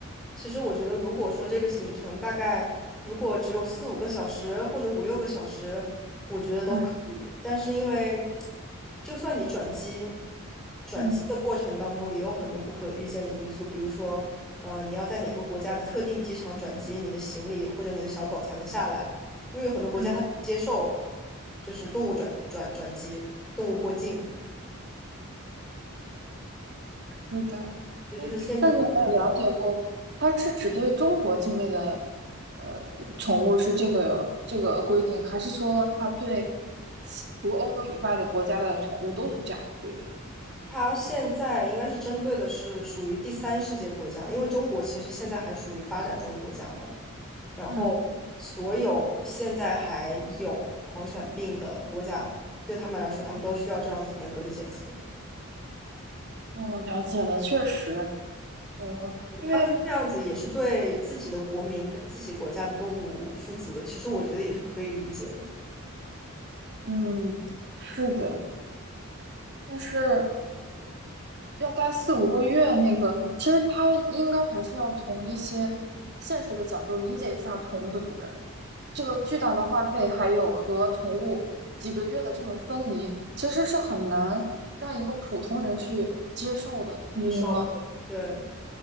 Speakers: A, in the centre; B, on the right.
A: 其实我觉得，如果说这个行程大概如果只有四五个小时或者五六个小时，我觉得都可以。
B: 嗯
A: 但是因为就算你转机，转机的过程当中也有很多不可预见的因素，
B: 嗯
A: 比如说，呃，你要在哪个国家的特定机场转机，你的行李或者你的小狗才能下来，因为有很多国家它不接受
B: 嗯。
A: 就是动物转转转机，动物过境，
B: 是的，
A: 这就是限制条。
B: 哎，那你有没有了解过，它是只对中国境内的呃宠物是这个这个规定，还是说它对其除欧洲以外的国家的宠物都是这样的规定？
A: 它现在应该是针对的是属于第三世界国家，因为中国其实现在还属于发展中国家嘛。然后，
B: 嗯，
A: 所有现在还有狂犬病的国家，对他们来说，他们都需要这样子严格的检测。
B: 哦，了解了，确实，呃，因为
A: 他们这样子也是对自己的国民跟自己国家的动物负责，其实我觉得也是可以理解的，
B: 嗯，是的，但是要待四五个月，那个其实他应该还是要从一些现实的角度理解一下宠物的主人，这个巨大的花费，还有和宠物几个月的这种分离，其实是很难让一个普通人去接受的，你觉得呢？
A: 零售，对对。